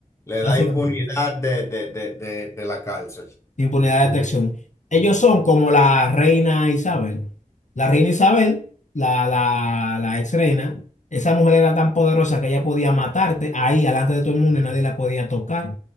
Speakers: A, on the left (about 20°); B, on the left (about 65°).
A: Le
B: básicamente.
A: da impunidad de, de, de, de, de la cárcel.
B: Impunidad de detección. Ellos son como la reina Isabel. La reina Isabel, la, la, la ex reina, esa mujer era tan poderosa que ella podía matarte ahí, delante de todo el mundo, y nadie la podía tocar.